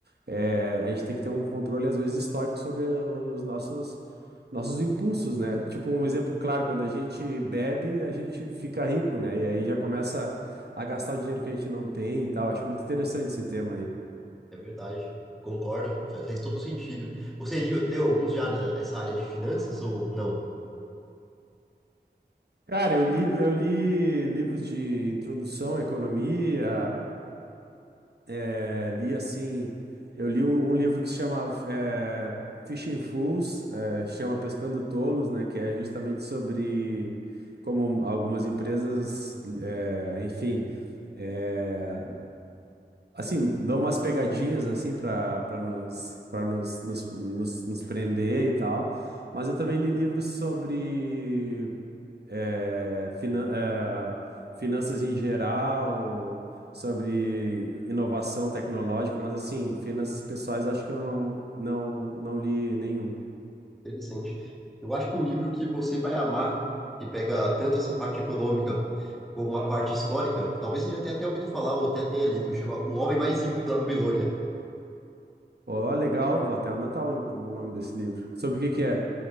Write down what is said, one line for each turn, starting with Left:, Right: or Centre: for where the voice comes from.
Right: é, a gente tem que ter um controle, às vezes, estoico sobre a- os nossos, nossos impulsos, né? Tipo, um exemplo claro, quando a gente bebe, a gente fica rico, né? E aí já começa a gastar o dinheiro que a gente não tem e tal. Acho muito interessante esse tema aí.
Centre: É verdade. Concordo, fa- faz todo sentido. Você li- leu alguns já nessa área de finanças ou não?
Right: Cara, eu li, eu li livros de introdução à economia, É, li assim, eu li um, um livro que se chama é, Fishing Fools, é, chama Pescando Tolos, né? Que é justamente sobre como algumas empresas, é, enfim, é, assim, dão umas pegadinhas assim para para nos para nos, nos, nos, nos prender e tal. Mas eu também li livros sobre é, finan- é, finanças em geral, sobre inovação tecnológica, mas assim, finanças pessoais acho que eu não, não, não li nenhum.
Centre: Interessante. Eu acho que um livro que você vai amar, que pega tanto essa parte econômica como a parte histórica, talvez você já tenha até ouvido falar ou até tenha lido, chama O Homem Mais Rico da Babilônia.
Right: Ó, legal, vou até anotar o, o nome desse livro. Sobre o que que é?